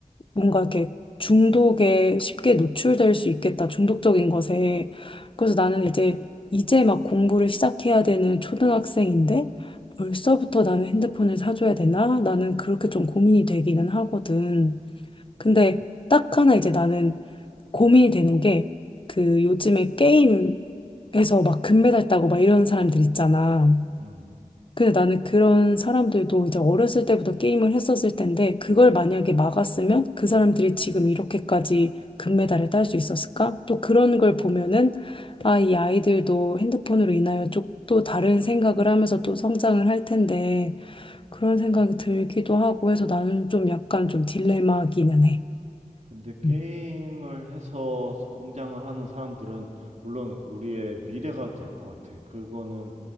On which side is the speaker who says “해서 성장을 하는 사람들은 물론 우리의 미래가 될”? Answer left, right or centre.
Right